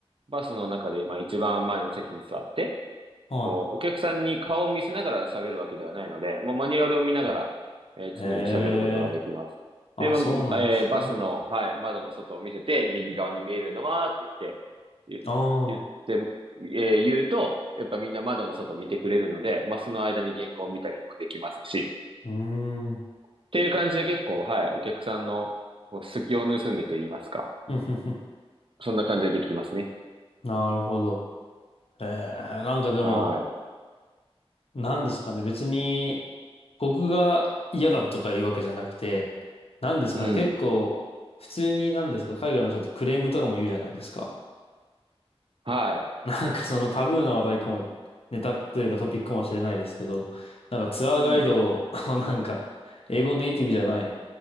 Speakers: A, on the right (about 60°); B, on the left (about 70°).
A: バスの中でまあ一番前の席に座って、
B: は
A: こう、お客さんに顔を見せながら喋るわけではないので、もうマニュアルを見ながら、えー常に喋ることができます。
B: い。へえ。あ、
A: で、まあ、
B: そうなんですね。
A: えーバスの、
B: あ
A: はい、窓の外を見せて、右側に見えるのは、って言って、
B: あ、
A: 言言って、えー言うと、やっぱみんな窓の外を見てくれるので、まあ、その間に原稿を見たりもできますし、
B: うーん。
A: っていう感じで結構、はい、お客さんのこう隙を盗んでと言いますか、
B: <laughs> ふんふんふん
A: そんな感じでできますね。
B: なるほど。ええ、なんかでも、
A: はい。
B: なんですかね。別に、僕が嫌だとか言うわけじゃなくて、なんですかね。
A: うん。
B: 結構、普通になんですか、海外の人ってクレームとかも言うじゃないですか。
A: はい。
B: なんかそのタブーな話題かも、ネタというかトピックかもしれないですけど、なんかツアーガイドを
A: うん。
B: <laughs> なんか、英語ネイティブじゃない、